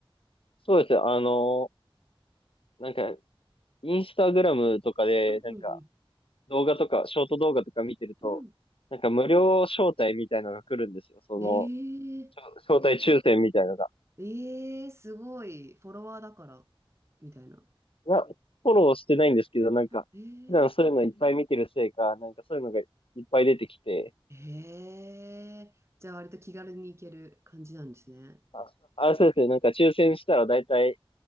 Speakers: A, on the left; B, on the right.
A: そうですね。あの、なんか、インスタグラムとかで、
B: うんうん
A: なんか、動画とか、ショート動画とか見てると、
B: うん。うん。
A: なんか無料招待みたいなのが来るんですよ。その、
B: ええ
A: 招待抽選みたいなのが、
B: ええすごい。フォロワーだから、みたいな。
A: な、フォローしてないんですけど、なんか、
B: あ、ええ
A: 普段そういうのいっぱい見てるせいか、なんかそういうのがいっぱい出てきて、
B: ええじゃあ割と気軽に行ける感じなんですね。
A: あ、あそうですね、なんか抽選したらだいたい